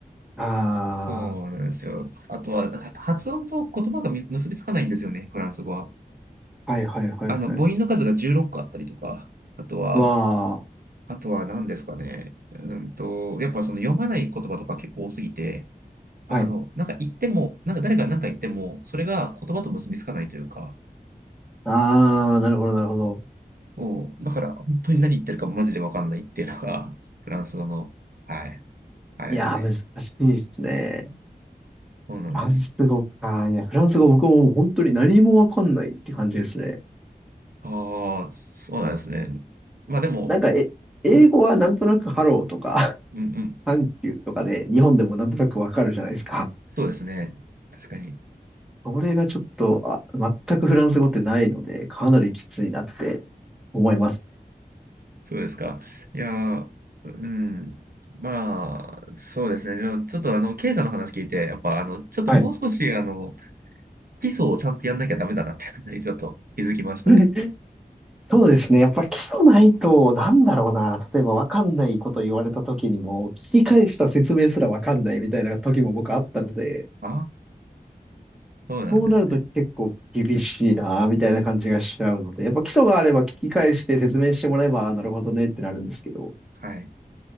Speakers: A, in the centre; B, on the right (about 65°).
A: あ
B: そうなんですよ。あとは、なんかやっぱ発音と言葉がみ結びつかないんですよね、フランス語は。
A: あ、はいはいはいはい。
B: あの、母音の数が16個あったりとか、あとは、
A: わあ、
B: あとは何ですかね。うんと、やっぱその読まない言葉とか結構多すぎて、あの、
A: はい。
B: なんか言っても、なんか誰が何か言っても、それが言葉と結びつかないというか、
A: ああ、なるほどなるほど。
B: もうだから本当に何言ってるかマジでわかんないっていうのが、<laughs> フランス語の、はい、あれですね。
A: いやー、難しいですね。
B: そうなんですね。
A: フランス語か。いや、フランス語僕はもう本当に何もわかんないって感じですね。
B: ああ、そうなんですね。まあでも、
A: なんか、え、英語はなんとなくハローとか、
B: うん、うん、うん。
A: <laughs> サンキューとかで、日本でもなんとなくわかるじゃないですか。
B: そうですね。確かに。
A: それがちょっと、あ、全くフランス語ってないので、かなりきついなって思いますね。
B: そうですか。いやー、うん。まあ、そうですね。でもちょっとあの、ケイさんの話聞いて、やっぱあの、ちょっともう少しあの、
A: はい。
B: 基礎をちゃんとやんなきゃダメだなっていう感じにちょっと気づきましたね。
A: <laughs> そうですね。やっぱ基礎ないと、なんだろうな。例えば分かんないこと言われた時にも、聞き返した説明すら分かんないみたいな時も僕あったので、
B: ああそうなんですね。
A: そうなると結構厳しいな、みたいな感じがしちゃうので、やっぱ基礎があれば聞き返して説明してもらえば、あなるほどねってなるんですけど、
B: はい。